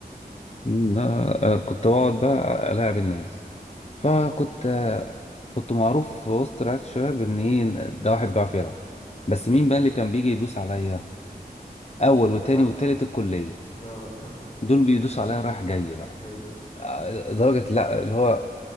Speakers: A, on the left; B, on the left.
A: إن أنا آه، كنت بقعد بقى ألاعب الناس فكنت آه، كنت معروف في وسط رعاية الشباب إن إيه ده واحد بيعرف يلعب
B: اه
A: بس مين بقى اللي كان بيجي يدوس عليا
B: بطل
A: أول
B: الجامعة
A: وتاني والتالت الكلية
B: اه <laughs> بطل-
A: دول بيدوسوا عليا رايح جاي بقى
B: ايوه
A: آه، درجة لا اللي هو